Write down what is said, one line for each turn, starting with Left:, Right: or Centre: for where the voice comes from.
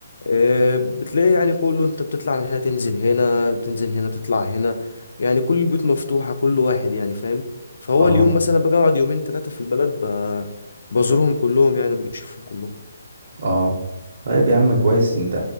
Left: آه، بتلاقي يعني كله انت بتطلع من هنا تنزل هنا بتنزل هنا تطلع هنا يعني كل البيوت مفتوحة كل واحد يعني فاهم فهو
Right: اه
Left: اليوم مثلا بقعد يومين ثلاثة في البلد ب- بزورهم كلهم يعني بشوفهم كلهم
Right: اه طيب يا عم كويس انت